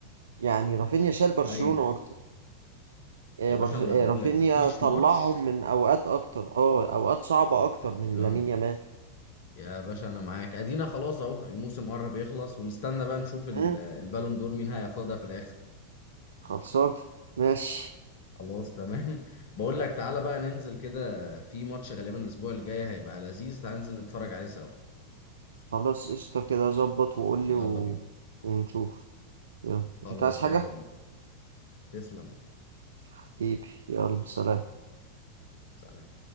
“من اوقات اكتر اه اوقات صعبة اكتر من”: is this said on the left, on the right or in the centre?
Right